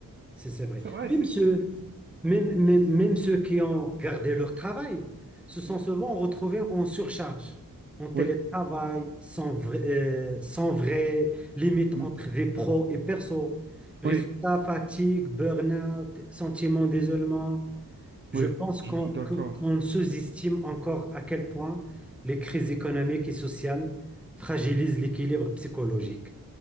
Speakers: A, in the centre; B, on the right.
A: C'est c'est vrai.
B: C'est vrai,
A: Même
B: c'est,
A: ceux,
B: c'est...
A: même,
B: Mm,
A: même, même ceux qui ont gardé leur travail se sont
B: ouais.
A: souvent retrouvés en surcharge, en télétravail,
B: Oui,
A: sans vrai, euh, sans vrai limite
B: mm,
A: entre vie pro et perso. Résultat,
B: oui,
A: fatigue, burn-out, sentiment d'isolement. Je
B: oui,
A: pense
B: je
A: qu'on
B: suis d'accord.
A: que- qu'on sous-estime encore à quel point les crises économiques et sociales fragilisent l'équilibre psychologique